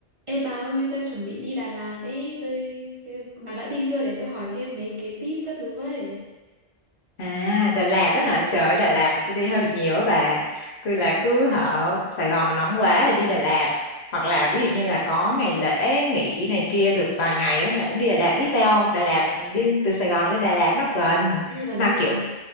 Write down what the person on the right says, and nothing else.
Ê bà ơi, tôi chuẩn bị đi Đà Lạt ấy, tôi cái- bà đã đi chưa để tôi hỏi thêm mấy cái tip các thứ với.
Trời
nó gần
đấy
à.